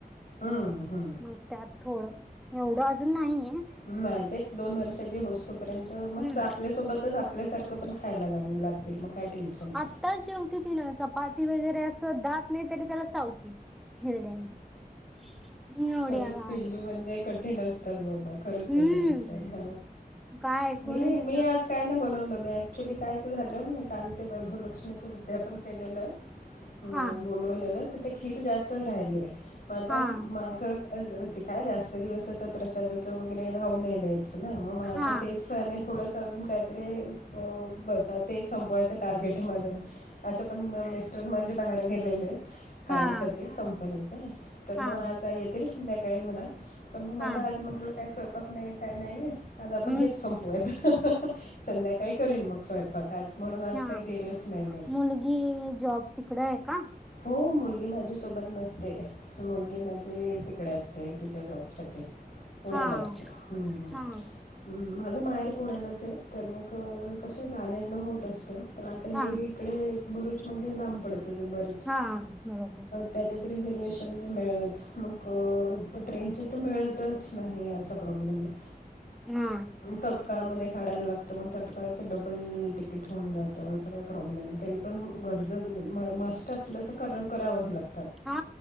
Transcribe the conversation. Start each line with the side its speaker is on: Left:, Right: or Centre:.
Left: हा हा.
Centre: मग त्यात थोडं एवढं अजून नाहीय.
Left: नाही तेच दोन वर्षाचे होस तोपर्यंत
Centre: हम्म
Left: मग आपल्यासोबतच. आपल्यासारखं पण खायला लाग लागतील मग. काय टेन्शन नाही
Centre: आत्ताच जी होती ती ना चपाती वगैरे असं दात नाही तरी त्याला चावती. हरड्यान न नोड्या.
Left: खरंच पिल्लू म्हणजे कठी असात खरच
Centre: हम्म
Left: क असतात
Centre: काय ऐकून
Left: आज.
Centre: आहे तिचा
Left: काय नाही बनवलं मी ॲक्च्युली कायच झालं मी काल ते वैभूवलक्ष्मीचं उद्यापन केलेलं. <inaudible>
Centre: हा..
Left: ललेलं तर ते खीर जास्तच राहिली आहे मग आता
Centre: हा
Left: माझं. ते काय जास्त दिवस असं प्रसादाचं वगैरे राहू नय द्यायचं ना मग आझता
Centre: हा
Left: तेच. थोडंसं अजून काहीतरी बसा तेच संपवाय तर,, टार्गेट आहे माझं असं पण मिस्टर माझे बाहेर गेलेले आहेत. कामासाठी
Centre: हा
Left: कंपनीच्या तर
Centre: हा
Left: मग आज येतील संध्याकाळी म्हणा. पण मग मला
Centre: हा
Left: आज म्हटलं काय स्वयंपाक नाही काय नाही आज आपण
Centre: हम्म
Left: हेच संपूयात. संध्याकाही करीन मग स्वयंपाक आज म्हणून आज
Centre: हा
Left: काही केलंच नाही मी.
Centre: मुलगी जॉब त इकडं आहे का.
Left: हो मुलगी माझ्यासोबत नसते. मुलगी माझी तिकडे असते तिच्या जॉब साठी. पुड्याला
Centre: हा
Left: असते हम्मम्.
Centre: हा
Left: माझं माहेर पुण्यालाच आहे तर मग कसं जाणणं होत असतं. पण आता हे
Centre: हा
Left: इकडे भरुच म्हणजे लांब पडत बरच.
Centre: हा बरोबर.
Left: त्याच्यात रिझर्वेशन नाही मिळत मग. ट्रेनचे तर मिळतच नाही असा प्रॉब्लेम आहे.
Centre: हा
Left: तत्काळ म काढायला लागत. तर मग तटकाळाचं डबल तिकीट होऊन जातं सगळं प्रॉब्लेम आहे तरी पण गरज म मस्त असलं तर करावं लातं.
Centre: हा